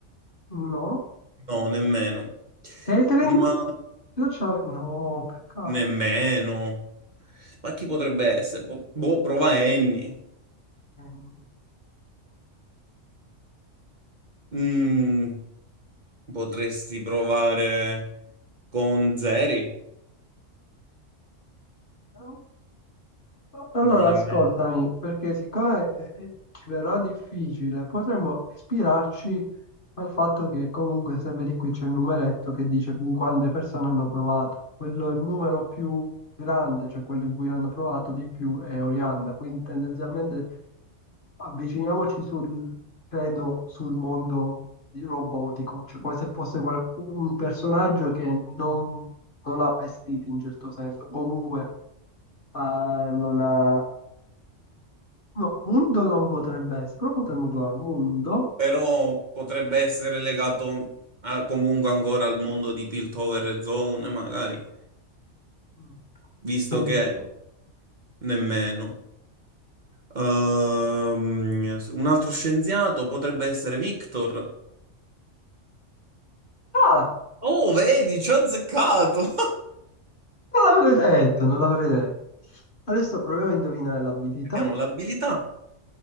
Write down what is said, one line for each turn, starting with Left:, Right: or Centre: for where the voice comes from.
Left: No.
Right: No, nemmeno.
Left: Catering?
Right: Ma
Left: Io c'ho- No, peccato.
Right: nemmeno. Ma chi potrebbe essere? Po- boh, prova Annie.
Left: Mm.
Right: Mm, potresti provare con Zeri?
Left: no. Allora,
Right: No, nemmeno.
Left: ascoltami, perché siccome eh, eh, ci verrà difficile, potremmo ispirarci al fatto che comunque sempre di qui c'è il numeretto che dice con quante persone hanno provato. Quello è il numero più grande, cioè quello in cui hanno provato di più è Orianna, quindi tendenzialmente avviciniamoci sul, credo, sul mondo di- robotico, cioè come se fosse qual- un personaggio che non, non ha vestiti in certo senso, comunque eh, non ha No, undo non potrebbe essere, però potremmo trovare undo.
Right: però potrebbe essere legato a- comunque ancora al mondo di Piltover e Zone, magari,
Left: Mm.
Right: visto
Left: Quindi-
Right: che nemmeno. Ehm, un altro scienziato potrebbe essere Victor.
Left: Ah,
Right: Oh, vedi, ci ho azzeccato! <laughs>
Left: non l'avrei detto, non l'avrei detto. Adesso proviamo a indovinare l'abilità.
Right: Abbiamo l'abilità.